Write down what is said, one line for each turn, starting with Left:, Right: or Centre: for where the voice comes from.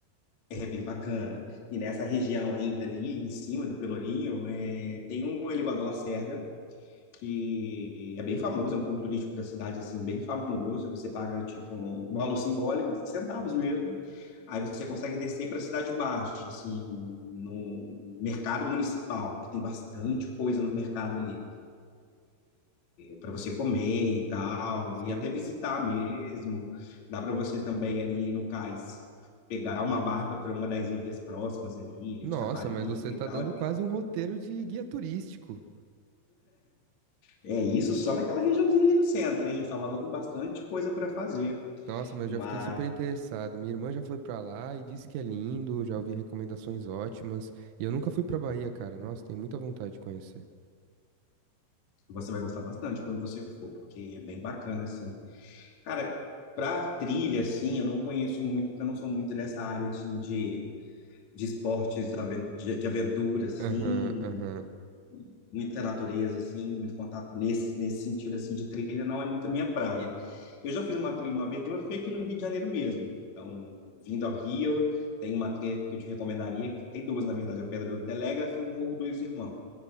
Left: É bem bacana. E nessa região ainda ali, em cima do Pelourinho, é, tem um elevador Lacerda, que é bem famoso, é um ponto turístico da cidade, assim, bem famoso. Você paga, tipo, um valor simbólico, centavos mesmo. Aí você consegue descer para a Cidade Baixa, assim, no mercado municipal, que tem bastante coisa no mercado ali para você comer e tal,
Right: Sim.
Left: e até visitar mesmo. Dá para você também ali no cais pegar uma barca para uma das ilhas próximas ali, Ilha
Right: Nossa,
Left: de Taparica
Right: mas você tá
Left: e tal.
Right: dando quase um roteiro de guia turístico.
Left: É isso só naquela regiãozinha ali do centro, hein? Em Salvador tem bastante coisa para fazer,
Right: Nossa, mas
Left: mas
Right: eu já fiquei super interessado. Minha irmã já foi pra lá e disse que é lindo, já ouvi recomendações ótimas. E eu nunca fui pra Bahia, cara. Nossa, tenho muita vontade de conhecer.
Left: você vai gostar bastante quando você for, porque é bem bacana assim. Cara, para trilha assim, eu não conheço muito, porque eu não sou muito dessa área de de de esportes aven- de de aventura, assim,
Right: Aham, aham.
Left: muita natureza, assim, muito contato nesse, nesse sentido, assim, de trilha, não é muito a minha praia. Eu já fiz uma trilha uma vez, mas foi aqui no Rio de Janeiro mesmo. Então, vindo ao Rio, tem uma trilha que eu te recomendaria, que tem duas, na verdade, a Pedra do Telégrafo e o Morro dos Irmãos.